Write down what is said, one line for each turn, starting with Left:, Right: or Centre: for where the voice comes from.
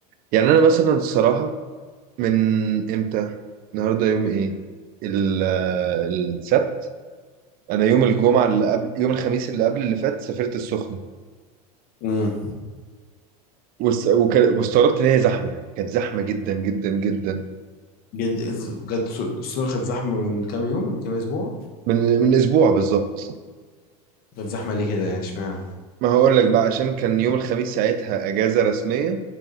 Right: يعني انا مثلا الصراحه من امتى النهارده يوم ايه ال... السبت انا يوم الجمعه اللي قبل يوم الخميس اللي قبل اللي فات سافرت السخنه
Left: امم
Right: وس... وك... واستغربت ان هي زحمه كانت زحمه جدا جدا جدا
Left: جد بجد الصور كانت زحمه من كام يوم من كام اسبوع
Right: من من اسبوع بالظبط
Left: ده الزحمة ليه كده يعني اشمعنى
Right: ما هقول لك بقى عشان كان يوم الخميس ساعتها اجازه رسميه